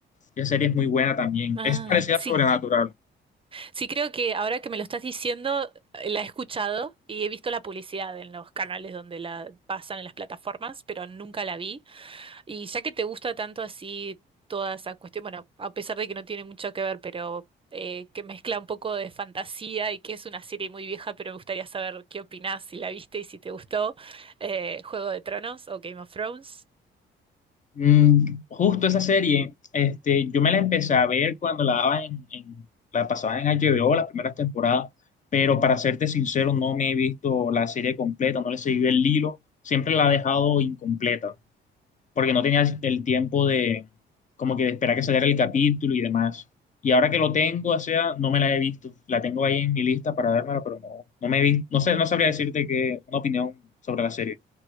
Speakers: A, on the left; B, on the right.
A: Esa serie es muy buena también.
B: ah,
A: Es parecida
B: sí.
A: a Sobrenatural.
B: Sí, creo que ahora que me lo estás diciendo, eh, la he escuchado y he visto la publicidad en los canales donde la pasan en las plataformas, pero nunca la vi. Y ya que te gusta tanto así toda esa cuestión, bueno, a pesar de que no tiene mucho que ver, pero eh, que mezcla un poco de fantasía y que es una serie muy vieja, pero me gustaría saber qué opinás, si la viste y si te gustó, eh, Juego de Tronos o Game of Thrones.
A: Mm, justo esa serie, este, yo me la empecé a ver cuando la daban en, en- la pasaban en HBO, las primeras temporadas, pero para serte sincero, no me he visto la serie completa, no le he seguido el hilo, siempre la he dejado incompleta, porque no tenía el, el tiempo de como que de esperar que saliera el capítulo y demás. Y ahora que lo tengo, o sea, no me la he visto, la tengo ahí en mi lista para vérmela, pero no, no me he visto, no sé, no sabría decirte que una opinión sobre la serie.